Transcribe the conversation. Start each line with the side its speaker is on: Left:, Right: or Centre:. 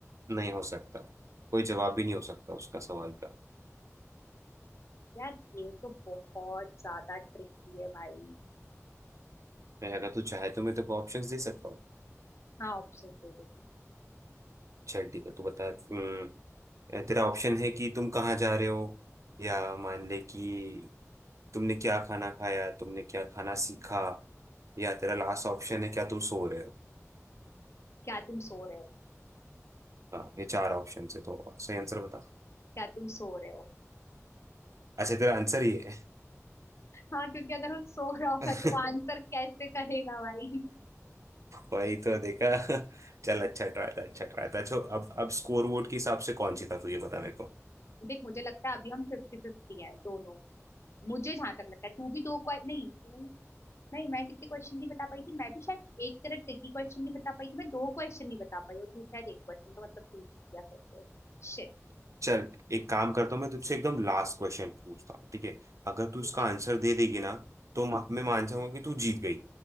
Right: नहीं हो सकता कोई जवाब भी नहीं हो सकता उसका सवाल का
Left: यार ये तो बहुत ज्यादा ट्रिकी है भाई
Right: मैं अगर तू चाहे तो मैं तेरे को ऑप्शंस दे सकता हूँ
Left: हाँ ऑप्शन दे देती
Right: चल ठीक है तू बता हम्म, तेरा ऑप्शन है कि तुम कहाँ जा रहे हो या मान ले कि तुमने क्या खाना खाया तुमने क्या खाना सीखा या तेरा लास्ट ऑप्शन है क्या तुम सो रहे हो
Left: क्या तुम सो रहे हो
Right: हाँ ये चार ऑप्शन है तो सही आंसर बता
Left: क्या तुम सो रहे हो
Right: अच्छा तेरा आंसर ही है
Left: हाँ क्योंकि अगर वो सो रहा होगा
Right: <laughs>
Left: तो वो आंसर कैसे करेगा भाई
Right: वही तो देखा चल अच्छा ट्राई था अच्छा ट्राई था चलो अब अब स्कोर वोट <laughs> के हिसाब से कौन जीता तू ये बता मेरे को
Left: देख मुझे लगता है अभी हम फिफ्टी फिफ्टी हैं दोनों मुझे जहां तक लगता है तू भी दो क्वे- नहीं तू नहीं मैं कितने क्वेश्चन नहीं बता पाई थी मैं भी शायद एक तरह ट्रिकी क्वेश्चन नहीं बता पाई थी मैं दो क्वेश्चन नहीं बता पाई और तू शायद एक क्वेश्चन तो मतलब तू जीत गया फिर तो शिट
Right: चल एक काम करता हूँ मैं तुझसे एकदम लास्ट क्वेश्चन पूछता हूँ ठीक है अगर तू इसका
Left: ठीक
Right: आंसर दे देगी ना तो म- मैं मान जाऊंगा कि तू जीत गई